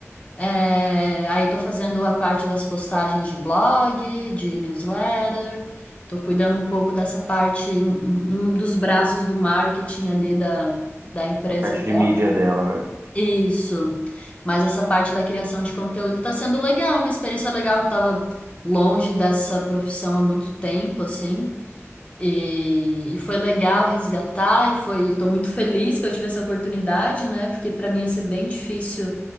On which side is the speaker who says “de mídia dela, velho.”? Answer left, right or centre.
Right